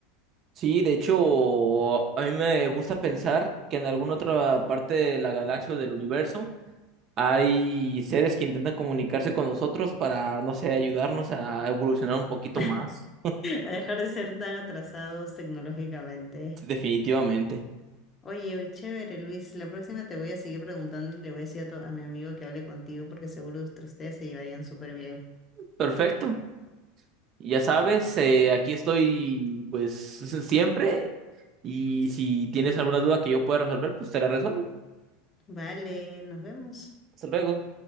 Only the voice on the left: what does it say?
<laughs>
A dejar de ser tan atrasados tecnológicamente.
Oye, chévere, Luis. La próxima te voy a seguir preguntando y le voy a decir a, tu- a mi amigo que hable contigo porque seguro que ustedes se llevarían súper bien.
Vale, nos vemos.